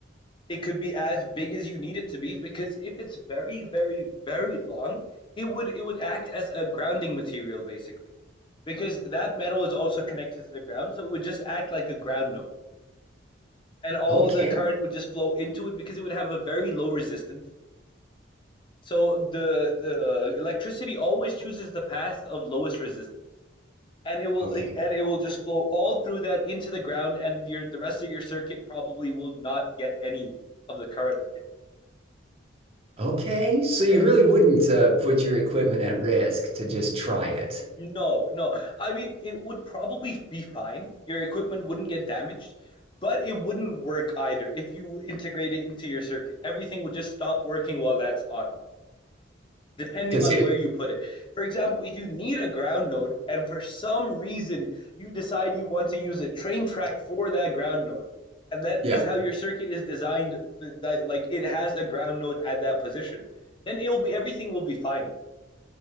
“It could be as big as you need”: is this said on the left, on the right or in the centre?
Left